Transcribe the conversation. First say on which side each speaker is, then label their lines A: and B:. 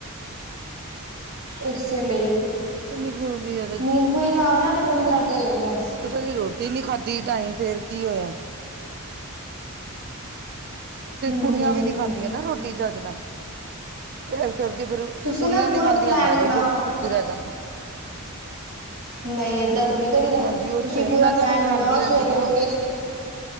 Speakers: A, on the right; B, on the right.
A: ਇਸੇ ਲਈ
B: ਪਤਾ ਨੀ ਕਿਉਂ ਇੰਨੀ ਜ਼ਿਆਦਾ
A: ਨੀਂਦ ਪੂਰੀ ਨਾ ਆ ਨਾ ਤੇ ਬੰਦਾ ਇਦਾਂ ਹੀ ਹੁੰਦਾ।
B: ਕਦੀ ਰੋਟੀ ਨੀ ਖਾਧੀ ਟਾਈਮ ਫਿਰ ਕੀ ਹੋਇਆ। ਤੇ
A: ਹਮ
B: ਕੁੜੀਆਂ ਵੀ ਨੀ ਖਾਂਦੀਆਂ ਨਾ ਰੋਟੀ ਚਜ ਨਾਲ। ਤੇ ਇਸ ਕਰਕੇ ਫੇਰ
A: ਤੁਸੀਂ
B: ਕੁੜੀਆਂ
A: ਨਾ
B: ਨੀ
A: ਪੂਰਾ
B: ਖਾਂਦੀਆਂ
A: ਪਲੈਨ
B: ਮੈਂ
A: ਬਣਾਓ
B: ਵੀ ਫੇਿਰ ਭੁੱਖੀ ਰੈ ਜਾਂਦੀ।
A: ਨਹੀਂ ਏਦਾਂ ਥੋੜ੍ਹੀ ਕਰੀਦਾ
B: ਹਾਂਜੀ ਉਹ
A: ਤੁਸੀਂ
B: ਤਾਂ ਹੈ
A: ਪੂਰਾ
B: ਮੈਂ ਤਾਂ
A: ਪਲੈਨ
B: ਸਮਝਾਂਦੀ
A: ਬਣਾਓ
B: ਰੈਂਦੀ
A: ਸਵੇਰੇ ਉੱਠ
B: ਹਾਂ।
A: ਕੇ